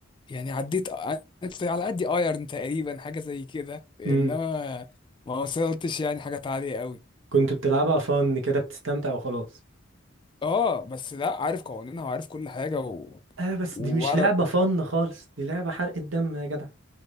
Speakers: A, on the left; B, on the right.
A: يعني عديت عديت على قد ايرن تقريبا حاجه زي كده انما
B: امم
A: ما وصلتش يعني حاجات عاليه قوي
B: كنت بتلعبها فن كده بتستمتع وخلاص
A: اه بس لا عارف قوانينها وعارف كل حاجه و...
B: اه بس
A: وعارف
B: دي مش لعبة فن خالص دي لعبة حرق الدم يا جدع